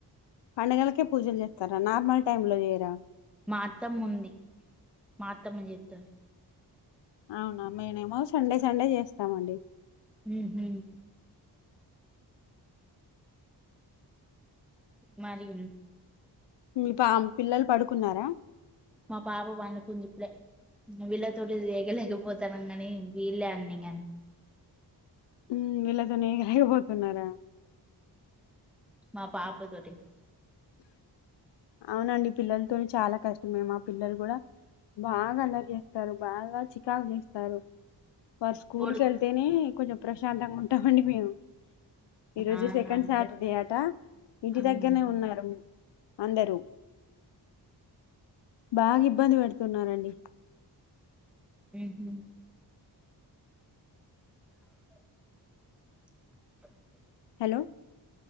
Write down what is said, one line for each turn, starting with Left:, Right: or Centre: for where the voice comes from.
Left: పండగలకే పూజలు చేత్తారా నార్మల్ టైమ్ లో చేయరా.
Centre: మా అత్తమ్ముంది. మా అత్తమ్మని జేత్తారు.
Left: ఔన్ మండేనేమో సండే సండే చేస్తాం తామండి
Centre: మ్ హు మరీ
Left: మ్ పామ్ పిల్లలు పడుకున్నారా
Centre: మా పాప పండుకుంది ఇప్పుడే విళ నీతోటి వేగలేకపోతాన్నం గానీ తు వీల అన్నంగను <unintelligible>
Left: ఊ ఇలాగని అగపోతున్నారా.
Centre: మా పాప తోటి
Left: అవునండి పిల్లలతోని చాలా కష్టం మేము ఆ పిల్లలు కూడా బాగా అల్లరి చేస్తారు బాగా చికాకు చేస్తారు వారు స్స్కూలుకి
Centre: కొడు
Left: వెళ్తేనే కొంచెం బిజీ ప్రశాంతంగా ఉంటామండి మేము ప్ర ఈ రోజు
Centre: అవును
Left: సెకండ్
Centre: అంతే
Left: సాటర్డే అట ఇంటి
Centre: ఉహు
Left: దగ్గరనే ఉన్నారు అందరూ బాగా ఇబ్బంది పెడుతున్నారండి
Centre: హ్మహు <inaudible>
Left: హలో